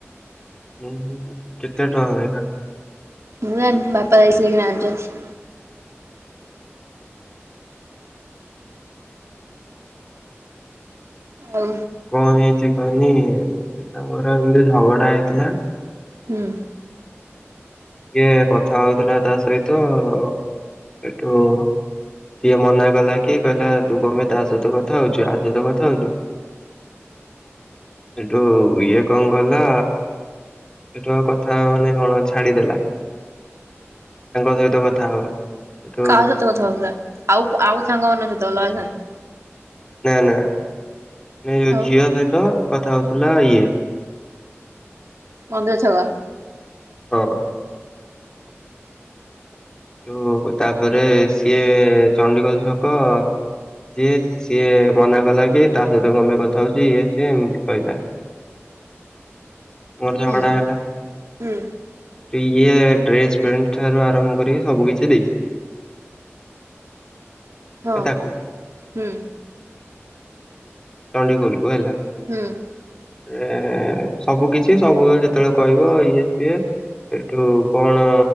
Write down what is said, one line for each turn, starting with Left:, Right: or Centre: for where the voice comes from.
Left: ଉୁଁ ହୁଁ କେତେ ଟଙ୍କା ଯାଇଥା
Right: ମୁଁ ଜାଣିନି ବାପା ଯାଇକି ଏଇଖିଣା ଆଣିଛନ୍ତି। ଆଉ
Left: କଣ ହେଇଛି କହନି ସେ ତାଙ୍କର ଏମିତି ଝଗଡା ହେଇଥିଲା।
Right: ହୁଁ।
Left: ଟିକେ କଥା ହଉଥିଲା ତା ସହିତ ସେଠୁ ସିଏ ମନା କଲା କି କହିଲା ତୁ କଁ ପାଇଁ ତା ସହିତ କଥା ହଉଛୁ ୟା ସହିତ କଥା ହଉଛୁ। ଏଠୁ ଇଏ କଣ କଲା ସେଟୁ ଆଉ ମାନେ କଣ ଛାଡିଦେଲା। ତାଙ୍କ ସହିତ କଥା ହବା। ସେଠୁ
Right: କାହା ସହିତ କଥା ହଉଥିଲା ଆଉ ଆଉ ସାଙ୍ଗ ମାନଙ୍କ ସହିତ ଅଲଗା ସାଙ୍ଗ।
Left: ନା ନାେ ଯୋଉ
Right: ଆଉ
Left: ଝିଅ ସହିତ କଥା ହଉଥିଲା ଇଏ।
Right: ପନ୍ଦ ଛକା
Left: ହଁ। ଯୋଉ ତାପରେ ସିଏ ଚଣ୍ଡିଖୋଲ ଛକ ଯିଏ ସିଏ ମନା କଲା କି ତା ସହିତ କଁ ପାଇଁ କଥା ହଉଚି ଇଏ ସିଏ ଏମତି କହିଲା। ର
Right: ହୁଁ
Left: ଝଗଡା ହେଲା
Right: ହୁଁ
Left: ଇଏ ଡ୍ରେସ ପେଣ୍ଟ ଠାରୁ ଆରମ୍ଭ କରି ସବୁ କିିଛି ଦେଇଛି।
Right: ହଁ
Left: ତାକୁ।
Right: ହୁଁ।
Left: ଚଣ୍ଡିଖୋଲକୁ ହେଲା।
Right: ହୁଁ।
Left: ଏଁ ସବୁ କିଛି ସବୁ ଯେତେବେଳେ କହିବ ଇଏ ସିଏ ସେଇଠୁ କଣ